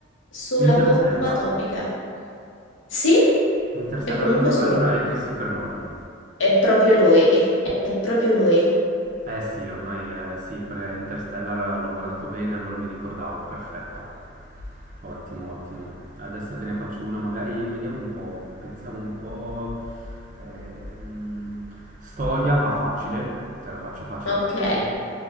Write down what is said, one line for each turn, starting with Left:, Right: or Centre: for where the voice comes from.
Left: sulla
Right: Interstellar.
Left: bomba atomica. Sì,
Right: Interstellar,
Left: è comunque
Right: allora,
Left: suo.
Right: allora è Christopher Nolan.
Left: È proprio lui. È proprio lui.
Right: Eh sì, ormai eh, sì, perché Interstellar l'ho guardato bene, allora mi ricordavo, perfetto. Ottimo, ottimo. Adesso te ne faccio una, magari vediamo un po', pensiamo un po'. ehm, storia, ma facile, te la faccio facile,
Left: Ok.
Right: facile.